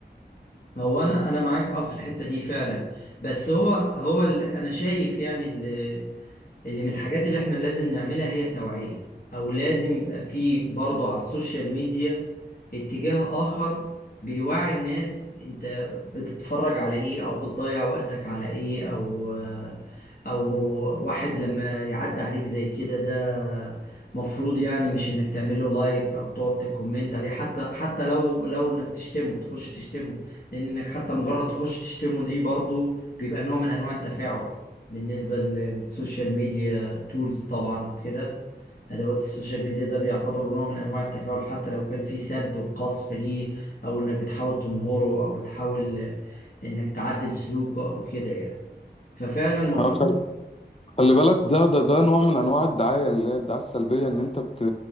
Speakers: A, on the left; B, on the left.
A: ما هو انا انا معاك اه في الحتة دي فعلا بس هو هو اللي انا شايف يعني اللي اللي من الحاجات اللي احنا لازم نعملها هي التوعية او لازم يبقى فيه برضه على السوشيال ميديا اتجاه اخر بيوعي الناس انت بتتفرج على ايه او بتضيع وقتك على ايه او او واحد لما يعدي عليك زي كده ده مفروض يعني مش انك تعمله لايك او تقعد تكومنت عليه حتى حتى لو لو انك تشتمه تخش تشتمه لان انك حتى مجرد تخش تشتمه دي برضه بيبقى نوع من انواع التفاعل بالنسبة للسوشيال ميديا تولز طبعا وكده أدوات السوشيال ميديا ده بيعتبر نوع من أنواع التفاعل حتى لو كان في سب وقصف ليه أو إنك بتحاول تنهره أو بتحاول آه، إنك تعدل سلوكه أو كده يعني ففعلا المفروض
B: آه، خل- خلي بالك ده ده ده نوع من انواع الدعايه اللي هي الدعايه السلبيه ان انت بت